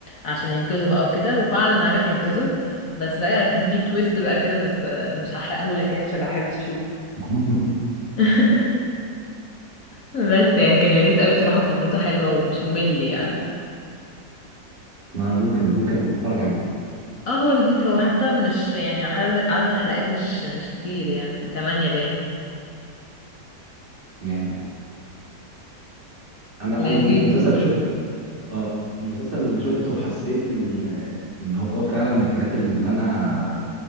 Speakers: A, on the left; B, on the right.
A: عشان ينقذه بقى وكده وفعلا عرف ينقذه بس بقى كان في تويست بقى كده بس آه، مش هحرقهولك يعني عشان لو حابب تشوفه
B: <laughs>
A: <laughs> بس يعني كان لذيذ قوي بصراحة فكرته حلوة ومش ممل يعني
B: انا ممكن ممكن اتفرج عليه
A: اه هو لذيذ هو حتى مش يعني عدد, عدد الحلقات مش مش كتير يعني تمانية باين
B: يعني انا
A: لذيذ
B: انا المسلسل
A: يعني.
B: اللي شفته اه المسلسل اللي شفته وحسيت ان ان هو فعلا من الحاجات اللي انا